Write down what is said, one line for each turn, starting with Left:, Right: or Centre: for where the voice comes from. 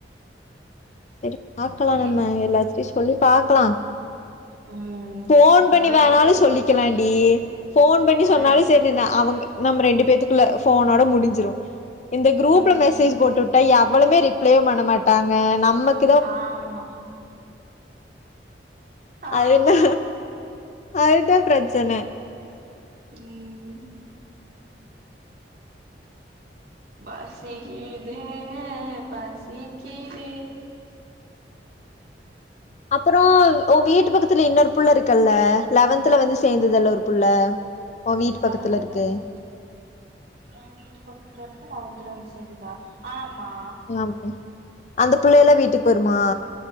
Left: செரி பாக்கலா
Right: சே
Left: நம்ம எல்லாத்டையு சொல்லி பாக்கலா
Right: ம்
Left: ஃபோன் பண்ணி
Right: சொல்லிட்டு
Left: வேணாலு சொல்லிக்கலாண்டி ஃபோன் பண்ணி
Right: ஆ
Left: சொன்னாலு சேரின்னு அவங்க நம்ம ரெண்டு பேத்துக்குள்ள ஃபோனோட முடுஞ்சுரும் இந்த குரூப்ல
Right: ம்
Left: மெசேஜ் போட்டுட் டா எவளுமே ரிப்ளேயு பண்ண மாட்டாங்க நம்மக்
Right: ஆமா ஆமா
Left: அதுனா அதுதா பிரச்சன
Right: ம் பசிக்கிதே பசிக்கிது
Left: அப்பறோ ஒன் வீட்டுப் பக்கத்துல இன்னொரு புள்ள இருக்குல்ல லெவன்த்துல வந்து சேந்ததுல்ல ஒரு புள்ள உ வீட்டு
Right: லெவன்த்ல
Left: பக்கத்துல இருக்கு
Right: வந்து ஏ வீட்டு பக்கத்துல இருக்க லெவன்த்ல வந்து சேந்துதா ஆமா
Left: எல்லாமே அந்தப் புள்ளைலா வீட்டுக்கு வருமா